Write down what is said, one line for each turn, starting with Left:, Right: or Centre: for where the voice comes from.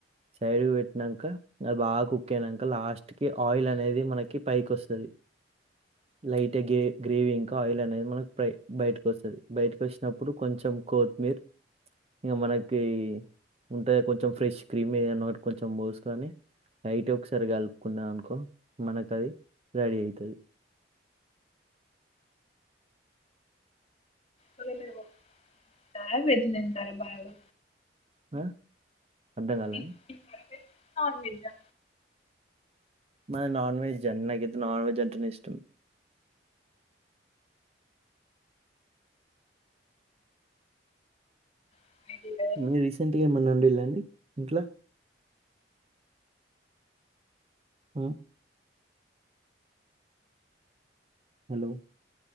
Right: సైడ్గి పెట్నంకా అది బాగా కుక్కైన కా లాస్ట్ కి ఆయిల్ అనేది మనకి పైకి వొస్తది లైట్ గే గ్రేవి ఇంకా ఆయిల్ అనేది మనకి ప్రై బయటకు ఒస్తది బయటకు వచ్చినప్పుడు కొంచెం కోత్మీర్ ఇంగ మనకి ఉంటది కొంచెం ఫ్రెష్ క్రీమ్ ఏదన్న ఒకటి కొంచెం పోస్కొని లైట్గా ఒకసారి కలుపుకున్నా అనుకో మనకు అది రెడీ అయితది
Left: <unintelligible> వెజ్ తింటారా బాగా
Right: ఆ అర్థగాలని
Left: వెజ్ తింటారా మీరు? నాన్ వెజ్జా
Right: మన నాన్ వెజ్ అన్ నాకైతే నాన్ వెజ్ అంటేనే ఇష్టం
Left: అనేది లేదా?
Right: మీ రీసెంట్గా ఏమన్నా వొండిళ్ళండి ఇంట్లా హ్మ్ హలో